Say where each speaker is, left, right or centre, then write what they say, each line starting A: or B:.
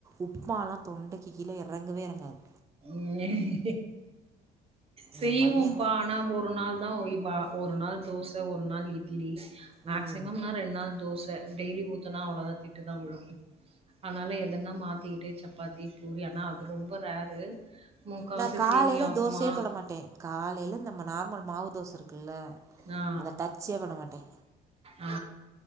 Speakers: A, on the right; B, on the right.
A: உப்மாலா தொண்டைக்கு கீழ இறங்கவே இறங்காது
B: ம் செய்வோப்பா
A: எ பையன்லா
B: ஆனா ஒரு நாள் தா ஒய்வா ஒரு நாள் தோச ஒரு நாள் இட்லி மேக்சிமம்னா
A: ம்
B: ரெண்டு நாள் தோச டெய்லி ஊத்தனா அவ்வளோதா திட்டு தா விழு அதனால எதன்னா மாத்திக்கிட்டு சப்பாத்தி பூரி ஆனா அது ரொம்ப ரேரு முக்காவாசி
A: நா காலேல
B: சேமியா உப்புமா.
A: தோசயே தொட மாட்டே காலேல நம்ம நார்மல் மாவு தோச இருக்குல்ல
B: ஆ,
A: அத டச்சே பண்ண மாட்டே
B: ஆ,